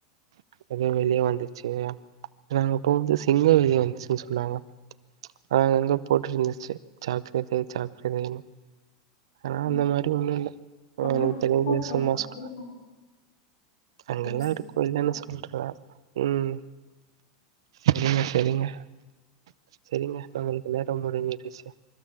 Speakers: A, on the right (about 80°); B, on the left (about 80°).
A: எதோ வெளியே வந்துருச்சு நாங்க போம்போது சிங்கம் வெளிய வந்துருச்சுன் சொன்னாங்க அங்க அங்க போட்ருந்துச்சு ஜாக்ரதை ஜாக்ரதைனு ஆனா
B: ம்
A: அந்த மாரி ஒன்னு இல்ல
B: ஆனா
A: எனக்கு
B: இருக்கவங்க
A: தெரிஞசு வேஸ்ட்டு பொன் மாஸ்க்
B: வந்து
A: அங்கெல்லா
B: ஒரு சிலர்
A: இருக்கு இல்லன்
B: தான்
A: சொல்ற ம் செரிங்க செரிங்க செரிங்க நாங்களு நேர முடுஞ்சுருச்சு